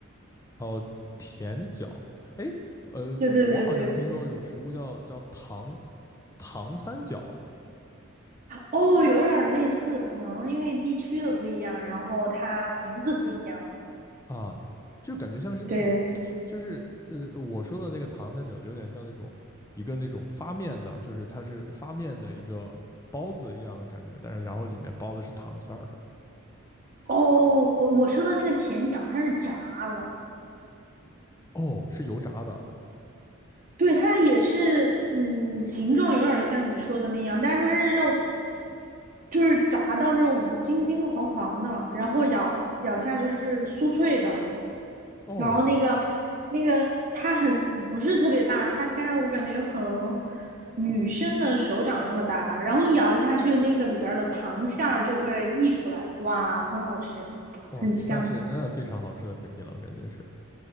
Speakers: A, on the left; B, on the right.
A: 哦，甜角，哎，呃，
B: 对对对对，
A: 我好像听说过一种食物叫叫糖糖三角
B: 哦，有点儿类似，可能因为地区的不一样，然后它名字不一样嘛。
A: 啊，就感觉像是那种，
B: 对，
A: 就是呃，我说的那个糖三角就有点像那种一个那种发面的，就是它是发面的一个包子一样的感觉，但是然后里面包的是糖馅儿的，
B: 哦，我说的那个甜角它是炸的，
A: 哦，是油炸的，
B: 对，它也是，嗯，形状有点像你说的那样，但是它是那种，就是炸到那种金金黄黄的，然后咬咬下去是酥脆的，
A: 哦，
B: 然后那个那个它很不是特别大，大概我感觉可能女生的手掌那么大吧，然后你咬下去，那个里边儿的糖馅儿就会溢出来，哇，很好吃，
A: 哇，
B: 很香。
A: 那是嗯非常好吃的甜品了，感觉是，